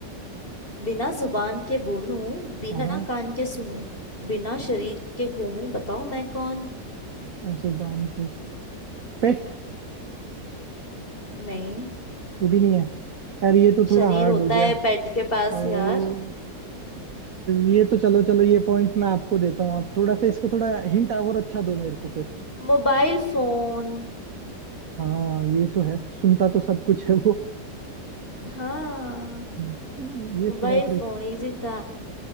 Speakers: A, on the left; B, on the right.
A: बिना जुबान के बोलूं बिना
B: हाँ
A: कान के सुनूं बिना शरीर के घूमूं बताओ मैं कौन
B: हाँ जुबान के पेट
A: नहीं
B: ये भी नहीं है यार ये तो थोड़ा
A: शरीर
B: हार्ड
A: होता
B: हो गया
A: है पेट के पास
B: ओ
A: यार
B: ये तो चलो चलो ये पॉइंट मैं आपको देता हूँ आप थोड़ा सा इसको थोड़ा हिंट और अच्छा दो मेरे को फिर
A: Mobile phone
B: हाँ ये तो है सुनता तो सब कुछ है वो
A: हाँ
B: हम्म, ये
A: मोबाइल
B: थोड़ा ट्रिक
A: फोन इजी था